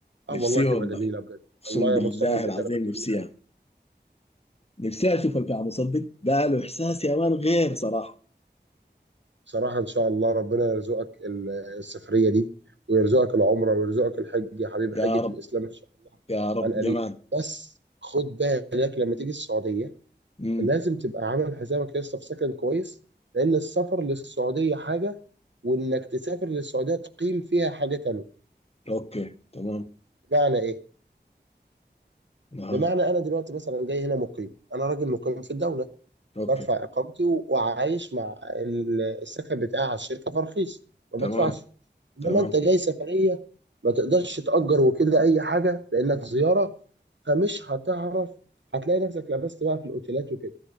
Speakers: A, on the right; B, on the left.
A: اه
B: نفسي
A: والله تبقى
B: والله
A: جميله بجد
B: اقسم
A: والله يا
B: بالله
A: مصطفى بجد
B: العظيم
A: انا بتمنى
B: النفسيه نفسي انا نفسي اشوف الكعبه صدق ده له احساس يا مان غير صراحه
A: بصراحة إن شاء الله ربنا يرزقك ال- السفرية دي ويرزقك العمرة ويرزقك الحج يا حبيبي
B: يا
A: حجة
B: رب
A: الإسلام إن شاء الله
B: يا رب
A: عن قريب
B: جمال
A: بس خد بالك لما تيجي السعودية
B: مم.
A: لازم تبقى عامل حسابك يا اسطى في سكن كويس لأن السفر للسعودية حاجة وإنك تسافر للسعودية تقيم فيها حاجة تانية
B: اوكي تمام
A: بمعنى إيه؟
B: نعم
A: بمعنى أنا دلوقتي مثلا جاي هنا مقيم أنا راجل مقيم في الدولة
B: اوكي
A: بدفع إقامتي و- وعايش مع ال- السكن بتاعي على الشركة فرخيص ما
B: تمام
A: بدفعش إنما
B: تمام
A: أنت جاي سفرية ما تقدرش تأجر وكده أي حاجة لأنك زيارة فمش هتعرف هتلاقي نفسك لبست بقى في الأوتيلات وكده